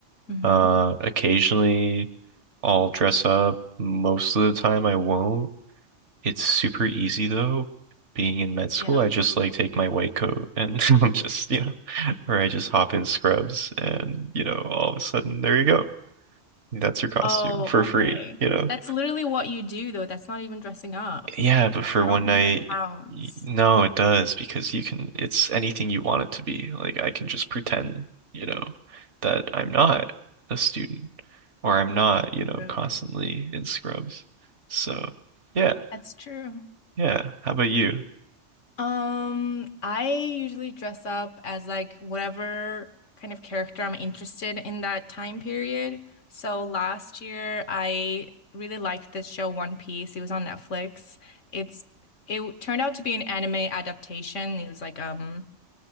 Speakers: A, on the left (about 85°); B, on the right (about 70°).
A: Mm-hmm.
B: Uh, occasionally I'll dress up. Most of the time I won't. It's super easy though. Being in med school,
A: Yeah.
B: I just like take my white coat and <laughs> I'm just, you know, or I just hop in scrubs and, you know, all of a sudden there you go. That's your costume
A: Oh,
B: for free,
A: okay.
B: you know.
A: That's literally what you do though. That's not even dressing up.
B: Yeah, but for
A: I
B: one
A: don't think
B: night,
A: that counts.
B: y- no, it does because you can, it's anything you want it to be. Like I can just pretend, you know, that I'm not a student or I'm
A: Oh,
B: not, you know,
A: true.
B: constantly in scrubs. So, yeah,
A: That's true.
B: yeah. How about you?
A: Um, I usually dress up as like whatever kind of character I'm interested in that time period. So last year I really liked this show One Piece. It was on Netflix. It's it turned out to be an anime adaptation. It was like um